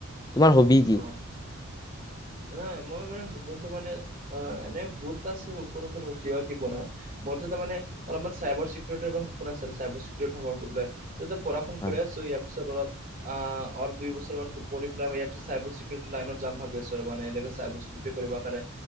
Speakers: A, on the left (about 20°); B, on the right (about 40°).
A: তোমাৰ হবি কি?
B: অ নাই মই মানে সপোণটো মানে অ এনে বহুত আছে সপোণ খন কিবা কি বনা বস্তু তাৰমানে অলপমান চাইবাৰ চিকিউৰিটিৰ সপোন আছিল চাইবাৰ চিকিউৰিটি সময় গৈ পেলাই তাতে পঢা শুন
A: হয়
B: কৰি আছোঁ ইয়াৰ পিছত অলপ আ অৰ দুই বছৰ মান পঢ়ি পেলাই ইয়াৰ পিছ চাইবাৰ চিকিউৰিট লাইনত যাম ভাবি আছো আৰু মানে এনেকৈ চাইবাৰ চিকিউৰিটি কৰিব কাৰনে